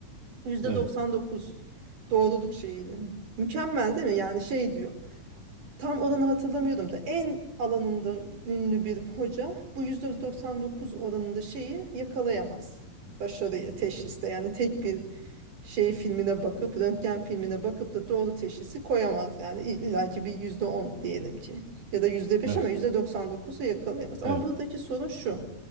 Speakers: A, on the right; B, on the right.
A: %99
B: Evet.
A: doğruluk şeyiyle. Mükemmel değil mi? Yani şey diyor. Tam oranı hatırlamıyorum da en alanında ünlü bir hoca bu %99 oranında şeyi yakalayamaz. Başarıyı teşhiste yani tek bir şey filmine bakıp röntgen filmine bakıp da doğru teşhisi koyamaz. Yani illaki bir %10 diyelim ki ya da yüzde beş
B: Evet.
A: ama %99'u yakalayamaz. Ama
B: Evet.
A: buradaki sorun şu.